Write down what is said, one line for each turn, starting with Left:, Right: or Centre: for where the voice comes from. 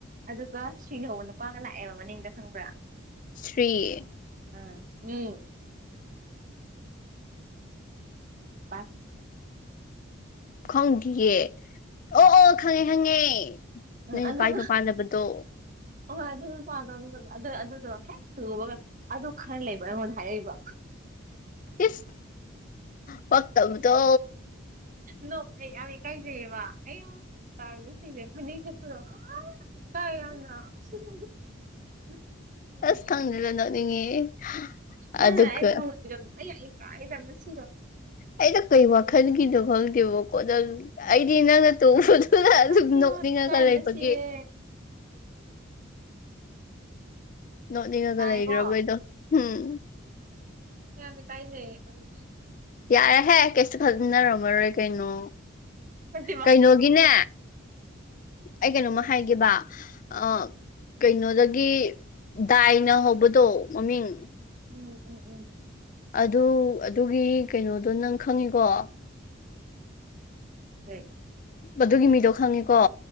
Right: ꯑꯗꯨꯒ ꯁꯤꯅ ꯍꯧꯕ ꯅꯨꯄꯥꯅ ꯂꯥꯛꯑꯦꯕ ꯃꯅꯤꯡꯗ ꯈꯪꯕ꯭ꯔꯥ
Left: ꯁ꯭ꯔꯤ
Right: ꯑ ꯎꯝ ꯄꯥꯁ
Left: ꯈꯪꯗꯤꯌꯦ ꯑꯣ ꯑꯣ ꯈꯪꯉꯦ ꯈꯪꯉꯦ
Right: ꯎꯝ
Left: ꯅꯣꯏ
Right: ꯑꯗꯨꯗꯣ
Left: ꯅꯨꯄꯥꯒꯤ ꯃꯄꯥꯟꯅꯕꯗꯣ
Right: ꯑꯍꯣꯏ ꯑꯗꯨ ꯅꯨꯄꯥꯗꯣ ꯑꯗꯨꯒ ꯑꯗꯨ ꯑꯗꯨꯗꯣ ꯍꯦꯛ ꯎꯕꯒ ꯑꯗꯨ ꯈꯔ ꯂꯩꯕ ꯑꯩꯉꯣꯟꯗ ꯍꯥꯏꯔꯛꯏꯕ
Left: ꯏꯁ ꯄꯛꯇꯕꯗꯣ
Right: ꯅꯣꯛꯑꯦ ꯌꯥꯝ ꯏꯀꯥꯏꯖꯩꯌꯦꯕ ꯑꯌꯥ <unintelligible> <unintelligible>
Left: ꯑꯁ ꯈꯪꯗꯦꯗ ꯅꯣꯛꯅꯤꯡꯉꯦ
Right: ꯅꯪꯅ
Left: ꯑꯗꯨꯒ
Right: ꯑꯩꯕꯨ ꯍꯧꯒꯠꯄꯤꯗꯕꯠ ꯑꯩ ꯌꯥꯝꯅ ꯏꯀꯥꯏꯖꯕꯅ ꯁꯤꯔꯣ
Left: ꯑꯩꯅ ꯀꯩ ꯋꯥꯈꯜꯒꯤꯅꯣ ꯈꯪꯗꯦꯕꯀꯣ ꯅꯪ ꯑꯩꯗꯤ ꯅꯪꯅ ꯇꯣꯡꯕꯗꯨꯅ ꯑꯗꯨꯝ
Right: ꯑꯩꯌꯥ
Left: ꯅꯣꯛꯅꯤꯡꯉꯒ
Right: ꯏꯀꯥꯏꯕꯅ
Left: ꯂꯩꯕꯒꯤ
Right: ꯁꯤꯔꯦ
Left: ꯅꯣꯛꯅꯤꯡꯉꯒ
Right: ꯇꯥꯏꯀꯣ
Left: ꯂꯩꯒ꯭ꯔꯕ ꯑꯩꯗꯣ ꯍꯨꯝ
Right: <unintelligible>
Left: ꯌꯥꯔꯦꯍꯦ ꯀꯩꯁꯨ ꯈꯖꯤꯟꯅꯔꯝꯃꯔꯣꯏ ꯀꯩꯅꯣ
Right: ꯅꯠꯇꯦꯕ
Left: ꯀꯩꯅꯣ ꯒꯤꯅꯦ ꯑꯩ ꯀꯩꯅꯣꯃꯥ
Right: ꯎꯝ
Left: ꯍꯥꯏꯒꯦꯕ ꯑ ꯀꯩꯅꯣꯗꯒꯤ ꯗꯥꯏꯅ ꯍꯧꯕꯗꯣ ꯃꯃꯤꯡ
Right: ꯎꯝ ꯎꯝ ꯎꯝ
Left: ꯑꯗꯨ ꯑꯗꯨꯒꯤ ꯀꯩꯅꯣꯗꯣ ꯅꯪ ꯈꯪꯉꯤꯀꯣ
Right: ꯀꯩ
Left: ꯑꯗꯨꯗꯨꯒꯤ ꯃꯤꯗꯣ ꯈꯪꯉꯤꯀꯣ